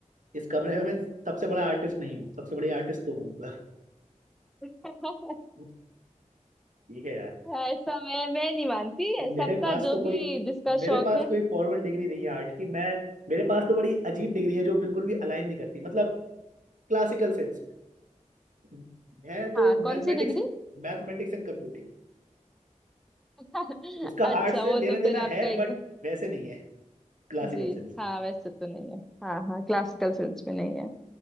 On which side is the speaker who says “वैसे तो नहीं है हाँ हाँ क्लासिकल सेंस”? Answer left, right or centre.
Centre